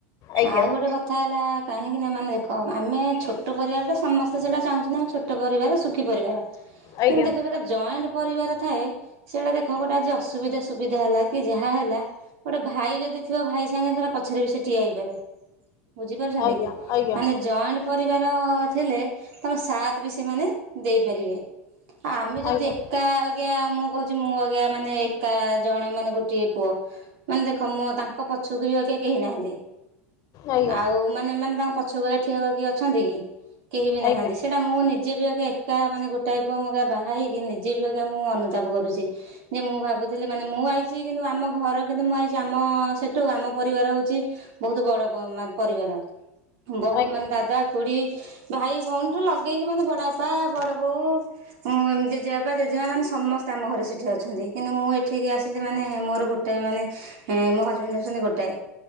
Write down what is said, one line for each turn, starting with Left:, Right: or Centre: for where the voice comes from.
Left: ଆଜ୍ଞା
Right: ଆଉ ଗୋଟେ କଥ୍ କଥା ହେଲା କାହିଁକିନା ମାନେ ଦେଖ ଆମେ ଛୋଟ ପରିବାରଟେ ସମସ୍ତେ ସେଇଟା ଚାହୁଁଛନ୍ତି ନା, ଆମେ ଛୋଟ ପରିବାର ସୁୁଖୀ ପରିବାର। କିନ୍ତୁ
Left: ଆଜ୍ଞା
Right: ଦେଖ ଏଟା ଗୋଟେ ଜଏଣ୍ଟ ପରିବାର ଥାଏ ସେଇଟା ଦେଖ ଗୋଟେ ଆଜି ଅସୁବିଧା ସୁବିଧା ହେଲା କି ଯାହା ହେଲା ଗୋଟେ ଭାଇ ଯଦି ଥିବ ଭାଇ ସାଙ୍ଗେ <unintelligible> ପଛରେ ବି ସେ ଠିଆ ହେଇପାରେ। ବୁଝି ପାରୁଛନ୍ତି
Left: ଆଜ୍ଞା
Right: କି?
Left: ଆଜ୍ଞା
Right: ମାନେ ଜଏଣ୍ଟ ପରିବାର ଥିଲେ ତୋମ ସାଥ୍ ବି ସେମାନେ ଦେଇପାରିବେ। ଆ, ଆମେ ଯଦି
Left: ଆଜ୍ଞା
Right: ଏକା ଆ ଜ୍ଞା ମୁଁ କହୁଛି ମୁଁ ଆଜ୍ଞା ମାନେ ଏକା ଜଣେ ମାନେ ଗୋଟିଏ ପୁଅ ମାନେ ଦେଖ ମୋ ତାଙ୍କ ପଛକୁ ବି ଆଉ କେ- କେହି ନାହାନ୍ତି,
Left: ଆଜ୍ଞା ଆଜ୍ଞା
Right: ଆଉ ମାନେ ମାନେ ତାଙ୍କ ପଛକୁ ଏକା ଠିଆ ହବାକୁ କିଏ ଅଛନ୍ତି କି? କେହି ବି
Left: ଆଜ୍ଞା
Right: ନାହାନ୍ତି ସେଇଟା ମୁଁ ନି ଜେ ବି ଆଜ୍ଞା ଏକା ମାନେ ଗୋଟାଏ ପୁଅ ମୁଁ <unintelligible> ବାହା ହେଇକି ନିଜେ ବି ଆଜ୍ଞା ମୁଁ ଅନୁତାପ କରୁଛି। ଯେ ମୁଁ ଭାବୁଥିଲି ମାନେ ମୁଁ ଆଇଛି କିନ୍ତୁ ଆମ ଘର କିନ୍ତୁ ମୁଁ ଆଇଛି ଆମ ସେଠୁ ଆମ ପରିବାର ହଉଛି ବହୁତ ବଡ ପ- ମାନ ପରିବାର। ବହୁତ
Left: ଆଜ୍ଞା
Right: ମାନେ ଦାଦା ଖୁଡି ଭାଇ ଭଉଣୀଠୁ ଲଗେଇକି ମାନେ ବଡ ବାପା ବଡ ବୋଉ ହଁ ମୋ ଜେଜେବାପା ଜେଜେମା ମାନେ ସମସ୍ତେ ଆମ ଘରେ ସେଠି ଅଛନ୍ତି। କିନ୍ତୁ ମୁଁ ଏଠିକି ଆସିଲି ମାନେ ମୋର ଗୋ ଟେ ମାନେ ଏ, ମୋ ହଜବେଣ୍ଡ ହଉଛନ୍ତି ଗୋଟାଏ